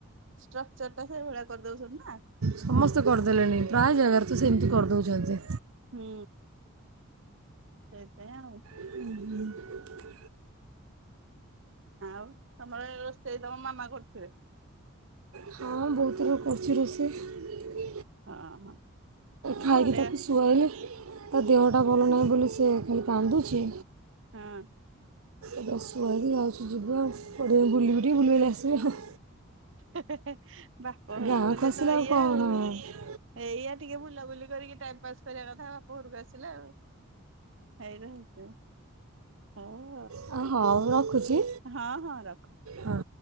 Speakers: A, on the right (about 60°); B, on the right (about 75°).
A: ଷ୍ଟ୍ରକ୍ଚର ଟା ସେଇଭଳିଆ କରିଦଉଛନ୍ତି ନା?
B: ସମସ୍ତେ କରିଦେଲେଣି ପ୍ରାୟ ଜାଗାରେ ତ ସେମିତି କରିଦେଉଛନ୍ତି।
A: ହୁଁ। ସେଇଥି ପାଇଁ ଆଉ
B: ହୁଁ ହୁଁ।
A: ଆଉ ତମର ରୋଷେଇ ତମ ମାମା କରିୁଥିବେ?
B: ହଁ ବୋହୁତ ଆ କରୁଚି ରୋଷେଇ
A: ହଁ ହଁ ହଁ
B: ଖାଇକି
A: ଘରେ
B: ତାକୁ ସୁଆଇଲି ତା ଦେହଟା ଭଲ ନାହିଁ ବୋଲି ସେ ଖାଲି କାନ୍ଦୁଛି।
A: ହଁ।
B: ଏ ବସି ପଡ଼ିଲି ଆଉ, ଯାଉଛି ଯିବା କୋଉଠି କୁଆଡେ ବୁଲିବି ଟିକେ ବୁଲି ବାଲି ଆସିବା।
A: ହେଁ ହେଁ ବାପ ଘରକୁ
B: ଗାଁକୁ
A: ଗଲେ
B: ଆସିଲେ
A: ତ ଏଇଆ
B: କ'ଣ
A: ଆଉ
B: ହଁ
A: ଏଇୟା ଟିକେ ବୁଲାବୁଲି କରିକି ଟାଇମ ପାସ୍ କରିବା କଥା ବାପଘରକୁ ଆସିଲା ଆଉ ହେଇରା <unintelligible> ହଉ
B: ହଁ ହଉ ରଖୁଛି
A: ହଁ ହଁ ରଖ।
B: ହଁ